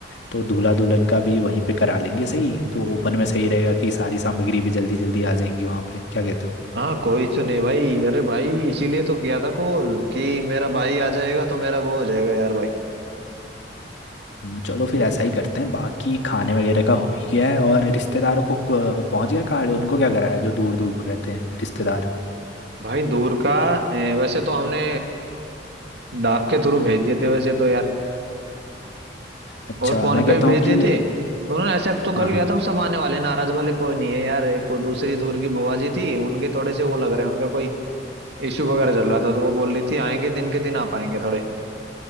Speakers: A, on the left; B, on the right.
A: तो दूल्हा दुल्हन का भी वहीं पे करा लेंगे सही तो ओपन में सही रहेगा कि सारी सामग्री भी जल्दी जल्दी आ जाएंगी वहाँ पे क्या कहते हो
B: हाँ कोई तो नहीं भाई अरे भाई इसीलिए तो किया था कॉल कि मेरा भाई आ जाएगा तो मेरा वो हो जाएगा यार भाई
A: हम्म, चलो फिर ऐसा ही करते हैं बाकी खाने वगैरह का हो ही गया है और रिश्तेदारों को अ, पहुंच गया कार्ड उनको क्या कराया जो दूर दूर रहते हैं रिश्तेदार
B: भाई दूर का ए, वैसे तो हमने डाक के थ्रू भेज दिए थे वैसे तो यार
A: अच्छा
B: और फोन
A: मैं
B: पे
A: कहता
B: भी भेज
A: हूँ
B: दिए
A: कि
B: थे तो उन्होंने एक्सेप्ट तो
A: हाँ
B: कर लिया
A: हाँ
B: था वो सब आने वाले हैं, नाराज वाले कोई नहीं है यार एक वो दूसरी दूर की बुआ जी थी उनके थोड़े से वो लग रहा है उनका कोई इशू वगैरह चल रहा था तो वो बोल रही थी आएंगे दिन के दिन आप आएंगे थोड़े